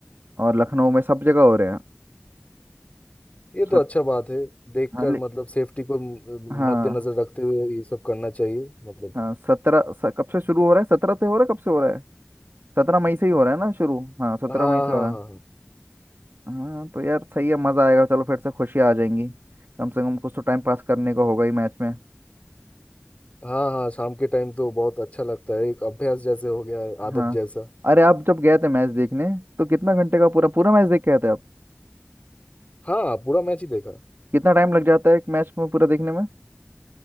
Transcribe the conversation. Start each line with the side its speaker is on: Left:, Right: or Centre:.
Right: और लखनऊ में सब जगह हो रहे हैं
Left: ये
Right: सब
Left: तो अच्छा बात है देखकर
Right: हाँ ले-
Left: मतलब सेफ्टी को म-
Right: हाँ
Left: मद्देनजर रखते हुए ये सब करना चाहिए मतलब
Right: हाँ सत्रह स- कब से शुरू हो रहा है सत्रह से हो रहा है कब से हो रहा है सत्रह मई से ही हो रहा है ना शुरू हाँ सत्रह
Left: हाँ
Right: मई से
Left: हाँ
Right: हो रहा
Left: हाँ हाँ
Right: है हाँ तो यार सही है मज़ा आएगा चलो फिर से खुशियाँ आ जाएंगी कम से कम कुछ तो टाइम पास करने को होगा ही मैच में
Left: हाँ हाँ शाम के टाइम तो बहुत अच्छा लगता है एक अभ्यास जैसे हो गया है आदत
Right: हाँ
Left: जैसा
Right: अरे आप जब गए थे मैच देखने तो कितना घंटे का पूरा पूरा मैच देख के आए थे आप
Left: हाँ पूरा मैच ही देखा
Right: कितना टाइम लग जाता है एक मैच में पूरा देखने में